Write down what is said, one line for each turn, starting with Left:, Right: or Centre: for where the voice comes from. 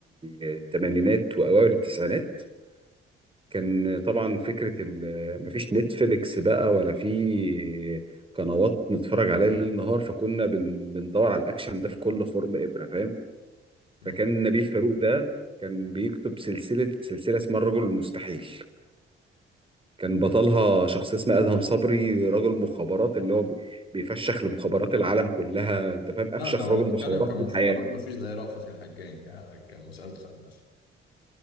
Right: الثمانينات واوائل التسعينات كان طبعا فكره ال- مفيش نتفليكس بقى ولا في قنوات نتفرج عليها ليل نهار فكنا بن- بندور على الاكشن ده في كل خرم ابره فاهم
Left: مم.
Right: فكان نبيل فاروق ده كان بيكتب سلسله سلسله اسمها الرجل المستحيل كان بطلها شخص اسمه ادهم صبري رجل مخابرات اللي هو بي- بيفشخ لمخابرات العالم كلها انت فاهم
Left: لا
Right: افشخ
Left: لو
Right: رجل
Left: هنتكلم
Right: مخابرات
Left: كمخابرات
Right: في الحياه
Left: مفيش زي رأفت الهجان ك- كمسلسل